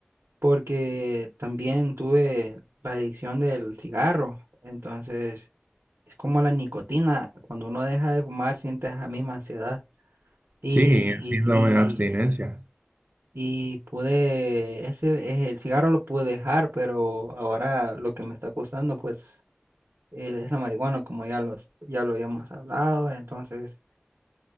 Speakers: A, on the right (about 85°); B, on the right (about 40°).
A: porque también tuve la adicción del cigarro, entonces... Es como la nicotina, cuando uno deja de fumar siente esa misma ansiedad. Y,
B: Sí, el síndrome
A: y,
B: de abstinencia.
A: y, y pude, ese, eh, el cigarro lo pude dejar, pero ahora lo que me está costando pues eh, es la marihuana, como ya, los, ya lo habíamos hablado, entonces,